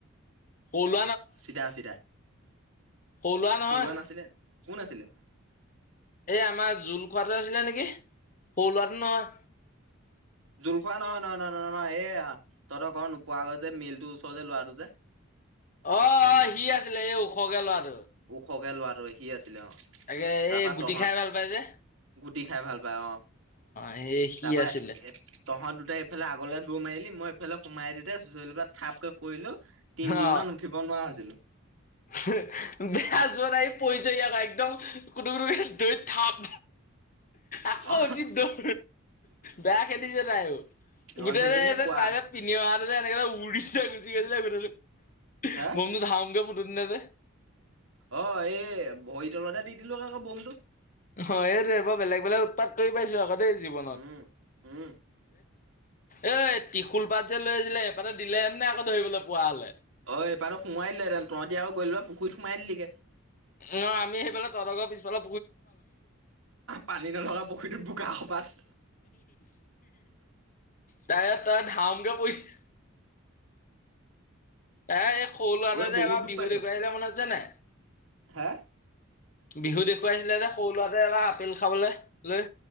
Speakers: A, on the left; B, on the right.
A: হল
B: চিৰা চিৰা
A: সৰু ল'ৰা নহয়
B: থলোৱা নাছিলে কোন আছিলে
A: এ আমাৰ জোল খোৱাতটো আছিলে নেকি সৰু লোৱাটো নহয়
B: জোলখোৱা নহয় নহয়হ নহয় নহয় এহ তহতৰ ঘৰত নোপোৱা গৈ যে মিলটোৰ ওচৰ যে ল'ৰাটো যে
A: অ অ সি আছিলে এই ওখকে লৰাটো
B: ওখকে ল আৰু সি আছিলে অ
A: তাকে
B: তাৰপা
A: এই গুটি
B: তহঁত
A: খাই ভাল পায় যে
B: গুটি খাই ভাল পায় অ
A: সেই সি
B: তাৰপা
A: আছিলে
B: এ তহঁত দুটাই ইফালে আগলৈ দৌ মআলী মইফাল সোমাইওঁতে চুইচলপাত থাপকৈ কৰিলো তিনদিন
A: অ
B: মমান উঠিব নোৱাৰা হৈছিলো
A: বেয়া যোৱা নাই পৰিছে ইয়াৰ একদম কোনো কে দৈত থাপ আকৌ
B: অ
A: অতি দৰ বেয়া খেলিছে তাইও
B: অ
A: গটেই
B: সেইজনীয়ে পোৱা
A: তাইে পনে এনেক উৰি গলো
B: হা
A: মমটো ধাকে ফুটো নে যে
B: অ এই ভৰিতলতে দি দিলো আকৌ বোমটো
A: অ এইটোৱে বৰ বেলেগ বেলেগ উৎপাত কৰি পাইছোঁ আকৌ দেই জীৱনত
B: উম উম
A: এ তিশুল পাট যে লৈ আছিলে সেইপাতে দিলেহেঁতেন নে আকৌ ধৰিবলৈ পোৱা হ'লে।
B: অ এইপাৰো সোমাই দিলেতে তহতি আকৌ গ'ল পুখুৰীত স্মাইল লকে
A: ন আমি সেইফালে তৰগৰ পিছফালে
B: পানী নথকা পুখুৰীটোত বোকা কপাত
A: তাই তাৰ ধামকে পৰিছে এ এই সৰু লৰাট
B: ঐ
A: যে
B: বহুত
A: এইবাৰ
B: দুখ
A: বিহু
B: পাইছ
A: দে গিলে মনত আছে নে নাই
B: হা
A: বিহু দেখুৱাইছিলে যে সৰু ল'ৰাট এবাৰ আপেল খাবলৈ লৈ